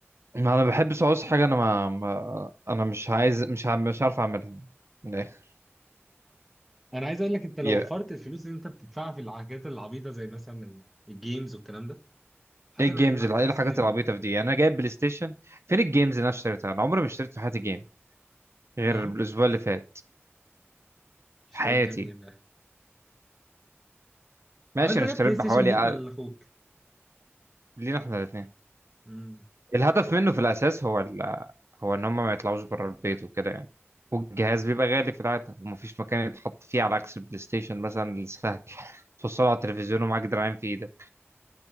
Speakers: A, on the right; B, in the centre.
A: ما انا بحبش اعوز حاجه انا ما, ما انا مش عايز مش ع- مش عارف اعملها من الاخر
B: انا عايز اقول لك انت لو
A: Yeah.
B: وفرت الفلوس اللي انت بتدفعها في الحاجات العبيطه زي مثلا الجيمز والكلام ده حاسس
A: ايه الجيمز
B: ان هيبقى معاك
A: الع-
B: فلوس
A: ايه الحاجات
B: كتير جدا
A: العبيطه في دي يعني انا جايب بلاي ستيشن فين الجيمز اللي انا اشتريتها انا عمري ما اشتريت في حياتي جيم غير
B: نعم
A: الاسبوع اللي فات
B: اشتريت
A: في حياتي
B: كام جيم يعني
A: ماشي
B: اه انت
A: انا
B: جايب
A: اشتريت
B: بلاي
A: بحوالي
B: ستيشن ليك
A: أقل-
B: ولا لاخوك
A: لينا احنا الاثنين
B: امم
A: الهدف منه في الاساس هو ال... هو ان هم ما يطلعوش بره البيت وكده يعني والجهاز بيبقى غالي في العاده ومفيش مكان يتحط فيه على عكس البلاي ستيشن مثلا السهل <laughs> توصله على التلفزيون ومعاك دراعين في ايدك